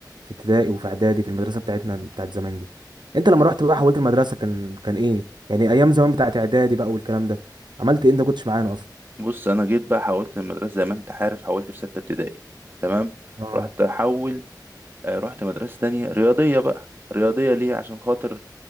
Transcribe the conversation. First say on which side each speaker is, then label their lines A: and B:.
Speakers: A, on the right; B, on the right.
A: في ابتدائي وفي اعدادي في المدرسه بتاعتنا بتاعت زمان دي انت لما
B: لا.
A: رحت بقى حولت المدرسه كان كان ايه يعني ايام زمان بتاعت اعدادي بقى والكلام ده عملت ايه انت ما كنتش معانا اصلا
B: بص انا جيت بقى حولت المدرسه زي ما انت عارف حولت في سته ابتدائي تمام
A: اه
B: رحت احول آه، رحت مدرسه تانية رياضيه بقى رياضيه ليه عشان خاطر